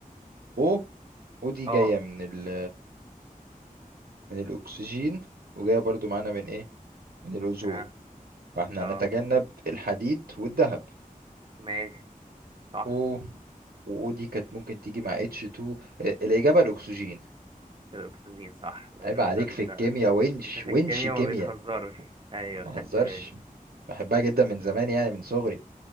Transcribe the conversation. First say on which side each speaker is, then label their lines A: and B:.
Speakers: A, on the right (about 90°); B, on the right (about 35°).
A: او او دي
B: اه
A: جاية من ال من الاكسجين وجاية برضو معانا من ايه من الاوزون
B: اه
A: فاحنا
B: اه
A: هنتجنب الحديد والذهب
B: ماشي صح
A: او و دي كانت ممكن تيجي مع اتش 2 الاجابة الاكسجين
B: الاكسجين صح لا،
A: عيب
B: ده
A: عليك
B: انت انت
A: في الكيمياء ونش
B: انت في
A: ونش
B: الكيمياء
A: كيمياء
B: ما بتهزرش ايوه
A: ما
B: خدت
A: بهزرش
B: بالي
A: بحبها جدا من زمان يعني من صغري